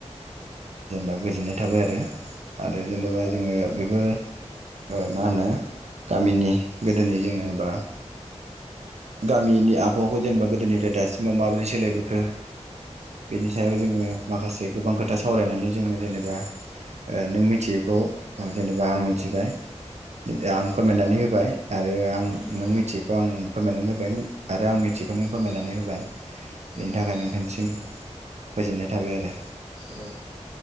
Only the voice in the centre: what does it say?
औ
उम
ओ
उम
औ